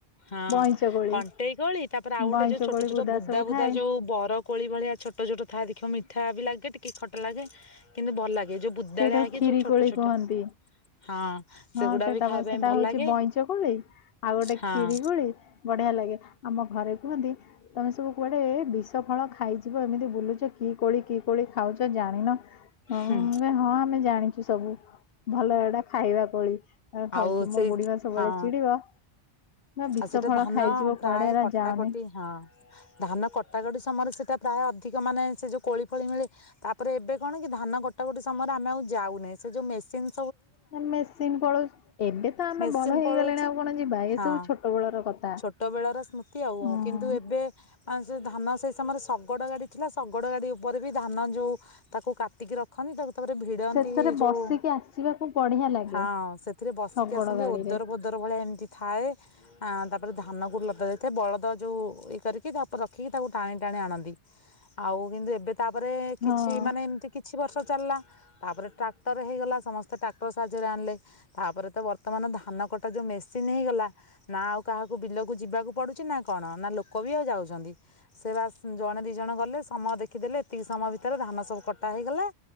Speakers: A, on the left; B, on the left.
A: ହଁ
B: ବଇଁଚ କୋଳି
A: କଣ୍ଟେଇ କୋଳି ତାପରେ ଆଉ ଗୋଟେ
B: ବଇଁଚ
A: ଯୋଉ ଛୋଟ
B: କୋଳି
A: ଛୋଟ ବୁଦା
B: ସବୁ
A: ବୁଦା
B: ଥାଏ।
A: ଯୋଉ ବର କୋଳି ଭଳିଆ ଛୋଟ ଛୋଟ ତାହା ଦେଖ ମିଠା ବି ଲାଗେ ଟିକେ ଖଟ ଲାଗେ କିନ୍ତୁ ଭଲ ଲାଗେ ଯୋଉ ବୁଦାଳିଆ
B: ସେଇଟାକୁ
A: ହେଇକି
B: କ୍ଷୀରି
A: ଯୋଉ ଛୋଟ
B: କୋଳି
A: ଛୋଟ
B: କୁହନ୍ତି।
A: ହଁ ସେଗୁଡା
B: ହଁ ସେଟା
A: ବି ଖାଇବା
B: ସେଟା
A: ପାଇଁ ଭଲ
B: ହଉଛି
A: ଲାଗେ
B: ବଇଁଚ ଗୋଳି ଆଉ ଗୋଟେ
A: ହଁ
B: ଖିରି ଗୋଳି ବଢିଆ ଲାଗେ ଆମ ଘରେ କୁହନ୍ତି ତମେ ସବୁ କୁଆଡ଼େ ବିଷ ଫଳ ଖାଇଯିବ ଏମିତି ବୁଲୁଛ କି କୋଳି କି କୋଳି ଖାଉଛ ଜାଣିନ ହଁ
A: ହୁଁ
B: ହଁ ଆମେ ଜାଣିଛୁ ସବୁ। ଭଲ ଏଟା ଖାଇବା କୋଳି। ଆ
A: ଆଉ
B: ଖାଉଛୁ
A: ସେଇ
B: ମୋ ବୁଢୀ ମା ସବୁବେଳେ
A: ହଁ
B: ଚିଡିବ ନା ବିଷ
A: ଆଉ ସେଇଟା
B: ଫଳ
A: ଧାନ
B: ଖାଇଯିବ
A: ପ୍ରାୟ
B: କୁଆଡେ ଏରା
A: କଟାକଟି
B: ଯାଅନି
A: ହଁ ଧାନ କଟାକଟି ସମୟରେ ସେଇଟା ପ୍ରାୟ ଅଧିକ ମାନେ ସେ ଯୋଉ କୋଳି ଫଳି ମିଳେ ତାପରେ ଏବେ କଣ କି ଧାନ କଟା କଟି ସମୟରେ ମେ ଆଉ ଯାଉନିଁ ସେ ଯୋଉ ମେସିନ୍
B: ନା ମେସିନ୍ ପଳଉଛି ଏବେ ତ ଆମେ
A: ମେସିନ
B: ବଡ ହେଇଗଲେଣି
A: ପଳଉଛି
B: ଆଉ କଣ ଯିବା
A: ହଁ
B: ଏ ସବୁ ଛୋଟ ବେଳର କଥା
A: ଛୋଟ ବେଳ ର ସ୍ମୃତି ଆଉ
B: ହୁଁ
A: କିନ୍ତୁ ଏବେ କା ଧାନ ସେଇ ସମୟରେ ଶଗଡ ଗାଡି ଥିଲା ଶଗଡ ଗାଡି ଉପରେ ବି ଧାନ ଯୋଉ ତାକୁ କାଟିକି ରଖନ୍ତି ତାକୁ ତାପରେ ଭିଡନ୍ତି
B: ସେଥିରେ
A: ଯୋଉ
B: ବସିକି ଆସିବାକୁ ବଢିଆ ଲାଗେ
A: ହଁ ସେଥିରେ ବସିକି
B: ଶଗଡ
A: ଆସନ୍ତି
B: ଗାଡିରେ
A: ଓଦର ପୋଦର ଭଳିଆ ଏମିତି ଥାଏ। ଆ ତାପରେ ଧାନ କ ଲତା ଦେଇଥାଏ ବଳଦ ଯୋଉ ଇଏ କରିକି ତାପରେ ରଖିକି ତାକୁ ଟାଣି ଟାଣି ଆଣନ୍ତି ଆଉ କିନ୍ତୁ ଏବେ ତାପରେ କିଛି
B: ହଁ
A: ମାନେ ଏମିତି କିଛି ବର୍ଷ ଚାଲିଲା ତାପରେ ଟ୍ରାକ୍ଟର ହେଇଗଲା ସମସ୍ତେ ଟ୍ରାକ୍ଟର ସାହାଯ୍ୟରେ ଆଣିଲେ ତାପରେ ତ ବର୍ତ୍ତମାନ ଧାନ କଟା ଯୋଉ ମେସିନ୍ ହେଇଗଲା ନା ଆଉ କାହାକୁ ବିଲକୁ ଯିବାକୁ ପଡୁଛି ନା କଣ ନା ଲୋକ ବି ଆଉ ଯାଉଛନ୍ତି ସେ ବାସ ଜଣେ ଦି ଜଣ ଗଲେ ସମୟ ଦେଖିଦେଲେ ଏତିକି ସମୟ ଭିତରେ ଧାନ ସବୁ କଟା ହେଇଗଲା